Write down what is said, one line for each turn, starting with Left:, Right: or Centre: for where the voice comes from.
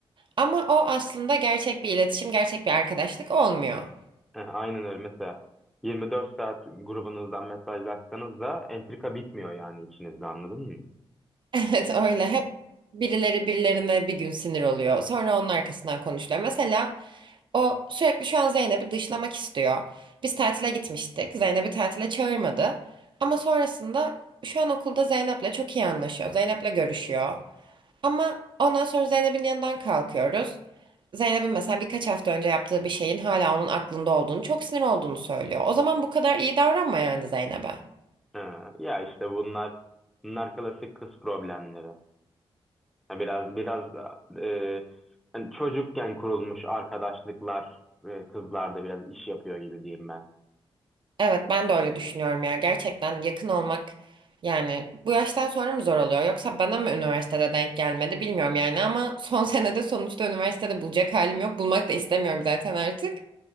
Right: Ama o aslında gerçek bir iletişim, gerçek bir arkadaşlık olmuyor. <laughs>
Centre: Eh, Aynen öyle. Mesela 24 saat grubunuzdan mesajlaşsanız da entrika bitmiyor yani içinizde anladın mı?
Right: Evet öyle. Hep birileri birilerine bir gün sinir oluyor. Sonra onun arkasından konuşuyor. Mesela o sürekli şu an Zeynep'i dışlamak istiyor. Biz tatile gitmiştik. Zeynep'i tatile çağırmadı. Ama sonrasında şu an okulda Zeynep'le çok iyi anlaşıyor. Zeynep'le görüşüyor. Ama ondan sonra Zeynep'in yanından kalkıyoruz. Zeynep'in mesela birkaç hafta önce yaptığı bir şeyin hala onun aklında olduğunu, çok sinir olduğunu söylüyor. O zaman bu kadar iyi davranma yani Zeynep'e.
Centre: Ee, ya işte bunlar bunlar klasik kız problemleri. Ya biraz biraz e, hani çocukken kurulmuş arkadaşlıklar e, kızlarda biraz iş yapıyor gibi diyeyim ben.
Right: Evet ben de öyle düşünüyorum ya. Gerçekten yakın olmak yani bu yaştan sonra mı zor oluyor? Yoksa bana mı üniversitede denk gelmedi bilmiyorum yani ama son <laughs> senede sonuçta üniversitede bulacak halim yok. Bulmak da istemiyorum zaten artık.